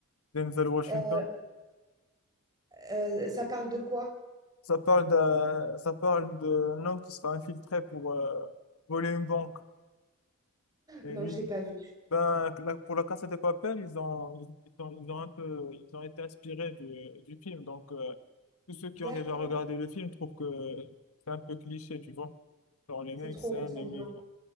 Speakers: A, on the left; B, on the right.
A: Denzel Washington.
B: Euh, euh, ça parle de quoi?
A: Ça parle d'un, ça parle d'un homme qui sera infiltré pour euh, voler une banque. Et
B: Non,
A: lui,
B: j'ai pas vu.
A: ben, la- pour la Casa de Papel, ils ont, ils ont, ils ont un peu, ils ont été inspirés du, du film. Donc, euh, tous ceux qui
B: D'accord.
A: ont déjà regardé le film trouvent que c'est un peu cliché, tu vois. Dans les mêmes
B: C'est trop
A: scènes,
B: ressemblant.
A: les mêmes.